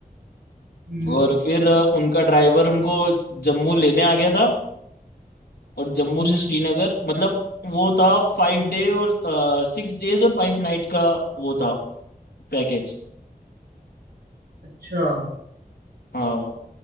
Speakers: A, on the right; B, on the left.
A: हम्म
B: और फिर उनका ड्राइवर उनको जम्मू लेने आ गया था और जम्मू
A: हम्म
B: से श्रीनगर मतलब वो था फाइव डे और सिक्स डेज और फाइव नाइट का वो था पैकेज
A: अच्छा
B: हाँ